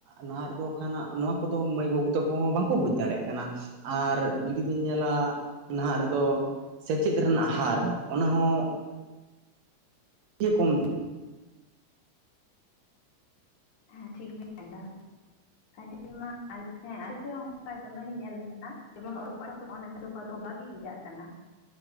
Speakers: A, on the right; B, on the left.
A: ᱱᱟᱦᱟᱸᱜ ᱨᱮᱫᱚ ᱠᱟᱷᱱ ᱦᱟᱸᱜ ᱱᱚᱣᱟ ᱠᱚᱫᱚ ᱢᱟᱹᱭ ᱵᱟᱹᱵᱩ ᱛᱟᱠᱚ ᱦᱚᱸ ᱵᱟᱝᱠᱚ ᱵᱩᱡᱽ ᱫᱟᱲᱮᱭᱟᱜ ᱠᱟᱱᱟ᱾ ᱟᱨ ᱡᱩᱫᱤ ᱵᱤᱱ ᱧᱮᱞᱟ ᱱᱟᱦᱟᱸᱜ ᱨᱮᱫᱚ᱾ ᱥᱮᱪᱮᱫ ᱨᱮᱱᱟᱜ ᱦᱟᱨ ᱚᱱᱟ ᱦᱚᱸ ᱤᱭᱟ ᱠᱚᱢ
B: ᱦᱮᱸ ᱴᱷᱤᱠ ᱵᱤᱱ ᱢᱮᱱᱫᱟ᱾ ᱠᱟᱹᱴᱤᱡ ᱢᱟ ᱟᱞᱮ ᱴᱷᱮᱱ᱾ ᱦᱮᱸ ᱟᱞᱮ ᱦᱚᱸ ᱚᱱᱠᱟ ᱫᱚᱢᱮ ᱜᱮ ᱧᱮᱞ ᱟᱠᱟᱱᱟ, ᱡᱮᱢᱚᱱ ᱚᱞᱚᱜ ᱯᱟᱲᱦᱟᱜ <unintelligible> ᱵᱟᱜᱤ ᱠᱡᱟᱜ ᱠᱟᱱᱟ᱾